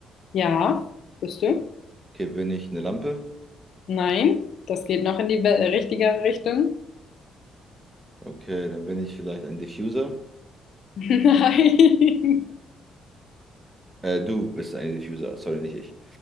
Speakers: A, on the left; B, on the right.
A: Ja, bist du?
B: Okay, bin ich eine Lampe?
A: Nein, das geht noch in die be- richtigere Richtung.
B: Okay, dann bin ich vielleicht ein Diffuser.
A: <laughs> Nein.
B: Äh, du bist ein Diffuser, sorry, nicht ich.